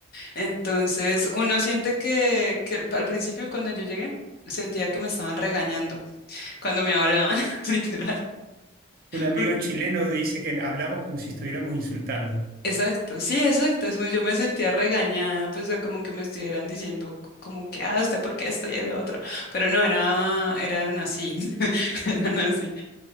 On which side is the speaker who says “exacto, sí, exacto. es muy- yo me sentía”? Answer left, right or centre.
Left